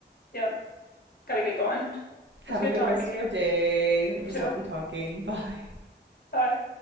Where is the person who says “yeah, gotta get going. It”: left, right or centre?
Left